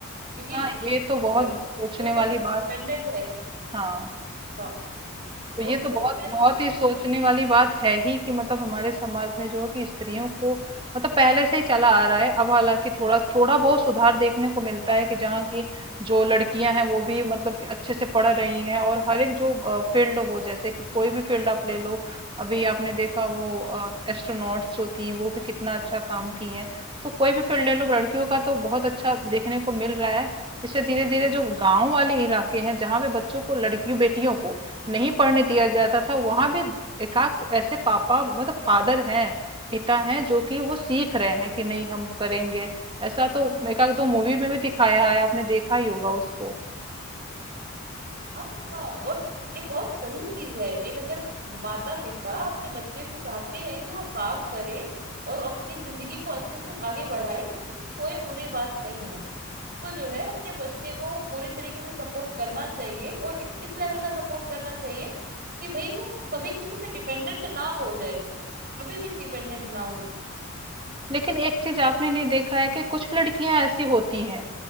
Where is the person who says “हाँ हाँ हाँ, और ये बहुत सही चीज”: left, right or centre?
Right